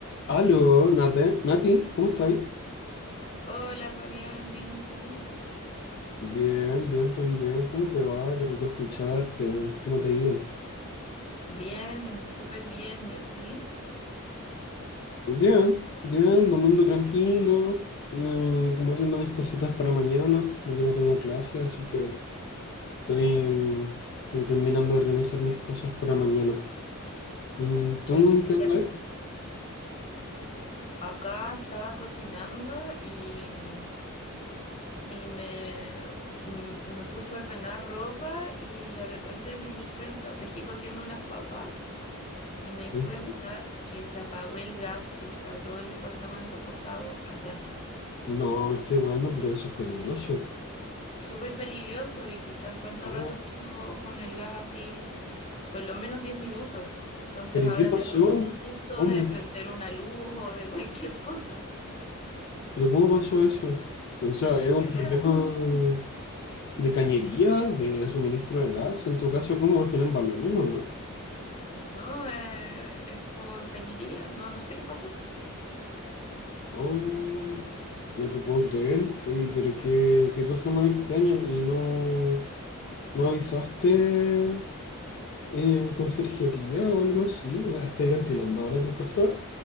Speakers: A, on the left; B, on the left.
A: Aló, Nate, Nati, ¿cómo estás?
B: Hola Fabián, ¿bien y tú?
A: Bien, bien también. ¿Cómo te va? Qué rico escucharte. ¿Cómo te ha ido?
B: Bien, súper bien, ¿y a ti?
A: Bien, bien, domingo tranquilo. eh, como haciendo mis cositas para mañana. Mañana tengo clase, así que estoy, mm, estoy terminando de organizar mis cosas para mañana. ¿Y tú
B: Oye,
A: en qué
B: ya
A: andas?
B: acá estaba cocinando y, mm, y me, mm, me puse a ordenar ropa y de repente me di cuenta, dejé cociendo unas papas y me di
A: Ujú.
B: cuenta que se apagó el gas y está todo el departamento pasado a gas.
A: No, me estoy weando, pero eso es peligroso.
B: súper peligroso y quizás cuánto
A: Oh,
B: rato estuvo con el gas así, por lo menos 10 minutos. Entonces
A: ¿pero
B: ahora
A: y qué pasó?
B: tengo mucho susto
A: ¿Cómo?
B: de prender una luz o de <laughs> cualquier cosa.
A: ¿Pero cómo pasó eso? O sea,
B: No tengo
A: es un
B: idea.
A: problema. ¿De cañería? ¿De suministro de gas? ¿En tu caso cómo tienen balones o no?
B: No, eh, es por cañería. No, no sé qué pasó.
A: Oh, no te puedo creer. Oye, pero qué, qué cosa más extraña. ¿Y no, no avisaste eh, conserjería o algo así? ¿Estáis ventilando ahora tu casa?